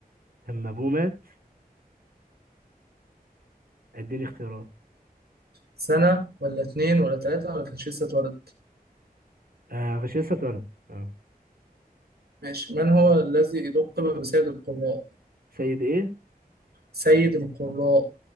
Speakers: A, on the right (about 65°); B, on the right (about 80°).
A: لما أبوه مات اديني اختيارات
B: سنة ولا اتنين ولا تلاتة ولا كانش لسه اتولد
A: آه مش لسه اتولد آه.
B: ماشي من هو الذي لقب بسيد القراء
A: سيد ايه؟
B: سيد القراء